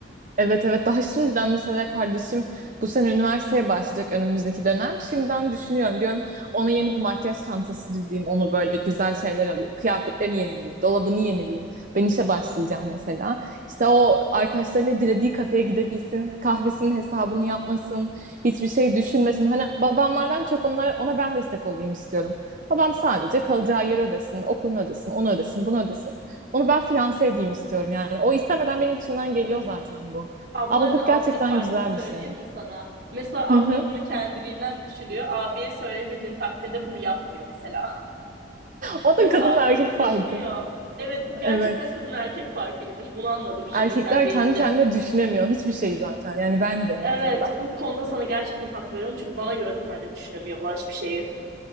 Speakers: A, on the right; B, on the right.
A: Evet evet daha şimdiden mesela kardeşim bu sene üniversiteye başlayacak önümüzdeki dönem. Şimdiden düşünüyorum diyorum ona yeni bir makyaj çantası dizeyim onu böyle güzel şeyler alayım. Kıyafetlerini yenileyim, dolabını yenileyim. Ben işe başlayacağım mesela. İşte o arkadaşlarıyla dilediği kafeye gidebilsin. Kahvesinin hesabını yapmasın. Hiçbir şey düşünmesin. Hani babamlardan çok onlara, ona ben destek olayım istiyorum. Babam sadece kalacağı yeri ödesin, okulunu ödesin, onu ödesin, bunu ödesin. Onu ben finanse edeyim istiyorum yani. O istemeden benim içimden geliyor zaten bu.
B: Ablayla
A: Ablalık gerçekten
B: abide farkını
A: güzel
B: söyleyeyim
A: bir şey.
B: mi sana? Mesela
A: Hı
B: abla
A: hı.
B: bunu kendiliğinden düşünüyor. Abiye söylemediğin takdirde bunu yapmıyor mesela.
A: O
B: Mesela
A: da kadınla
B: abla
A: erkek
B: bunu
A: farkı.
B: düşünüyor. Evet bu gerçekten
A: Evet.
B: kadın erkek farkıymış. Bunu anladım şimdi
A: Erkekler
B: sen deyince.
A: kendi kendine düşünemiyor. Hiçbir şey zaten. Yani bence en
B: Evet
A: azından.
B: bu konuda sana gerçekten hak veriyorum. Çünkü bana göre bence düşünemiyorlar hiçbir şeyi.